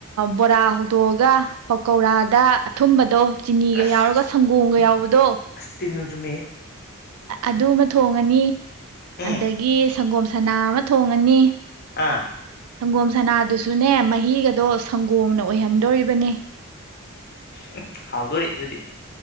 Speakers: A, on the right (about 80°); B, on the left (about 45°).
A: ꯕꯣꯔꯥ ꯍꯧꯗꯣꯛꯑꯒ ꯄꯀꯧꯔꯥꯗ ꯑꯊꯨꯝꯕꯗꯣ ꯆꯤꯅꯤꯒ
B: ꯑꯁ
A: ꯌꯥꯎꯔꯒ ꯁꯪꯒꯣꯝꯒ ꯌꯥꯎꯕꯗꯣ
B: ꯑꯁ ꯇꯤꯟ ꯑꯗꯨꯝ ꯆꯨꯝꯃꯦ
A: ꯑꯗꯨꯃ ꯊꯣꯡꯉꯅꯤ
B: ꯎꯝ
A: ꯑꯗꯒꯤ ꯁꯪꯒꯣꯝ ꯁꯅꯥ ꯑꯃ ꯊꯣꯡ ꯐꯪ ꯑꯅꯤ
B: ꯑꯥ
A: ꯁꯪꯒꯣꯝ ꯁꯥꯅꯥꯗꯨꯁꯨꯅꯦ ꯃꯍꯤꯒꯗꯣ ꯁꯪꯒꯣꯝꯅ ꯑꯣꯏꯍꯟꯗꯣꯔꯤꯕꯅꯦ
B: ꯎꯝ ꯍꯥꯎꯗꯣꯔꯤ ꯑꯗꯨꯗꯤ